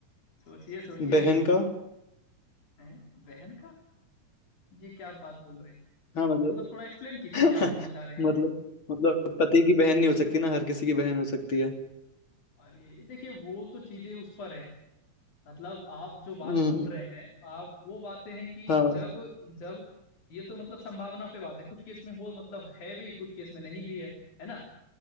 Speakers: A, on the left (about 80°); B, on the left (about 40°).
A: सोचिए सोचिए
B: बहन का
A: हैं बहन का ये क्या बात बोल रहे हैं
B: हाँ मतलब
A: मतलब थोड़ा एक्सप्लेन कीजिए
B: <laughs>
A: क्या बोलना चाह रहे हैं आप
B: मतलब मतलब पति की बहन नहीं हो सकती ना हर किसी की बहन हो सकती है
A: अरे देखिए वो तो चीजें उस पर है मतलब आप जो बात
B: हम्म
A: बोल रहे हैं आप वो बातें हैं कि
B: हाँ
A: जब जब ये तो मतलब संभावना पे बात है कुछ केस में हो मतलब है भी कुछ केस में नहीं भी है है ना